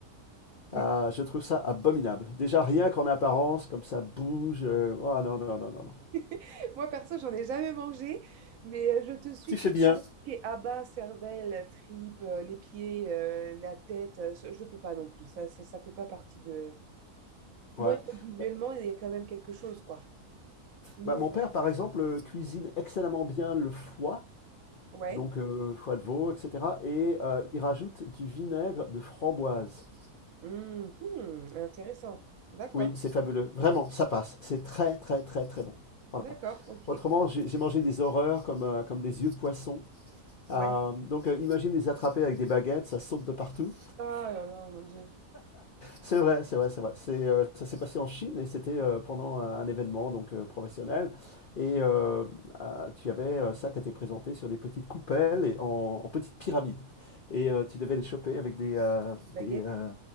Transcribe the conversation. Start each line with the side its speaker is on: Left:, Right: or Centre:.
Right: Les-
Left: ah, je trouve ça abominable. Déjà, rien qu'en apparence, comme ça bouge. euh, Ah non, non, non, non, non.
Right: <laughs> Moi, perso, j'en ai jamais mangé, mais euh, je te suis
Left: Tu fais
Right: sur
Left: bien.
Right: ça. Tout ce qui est Abats, cervelle, tripes, euh, les pieds, euh, la tête, euh, je, je peux pas non plus. Ça, ça, ça fait pas partie de, Moi,
Left: Ouais.
Right: il faut que visuellement,
Left: Bah,
Right: il y a quand même quelque chose, quoi. Sinon,
Left: bah, mon père,
Right: euh, je-
Left: par exemple, euh, cuisine excellemment bien le foie,
Right: ouais.
Left: donc euh, le foie de veau, etc. Et euh, il rajoute du vinaigre de framboise.
Right: Mhm, intéressant. D'accord,
Left: Oui, c'est fabuleux. Vraiment, ça passe. C'est très, très, très, très bon. Voilà.
Right: d'accord, ok.
Left: Autrement, j'ai j'ai mangé des horreurs comme, euh, comme des yeux de poisson.
Right: Ouais.
Left: Euh, donc, euh, imagine les attraper avec des baguettes, ça saute de partout.
Right: Ah là là, mon Dieu.
Left: C'est vrai, c'est vrai, c'est vrai. C'est, euh, ça s'est passé en Chine et c'était euh, pendant un, un événement donc euh, professionnel. Et euh, ah, tu avais euh, ça qui était présenté sur des petites coupelles et en, en petites pyramides. Et euh, tu devais les choper avec des, euh,
Right: Baguette.
Left: des, euh,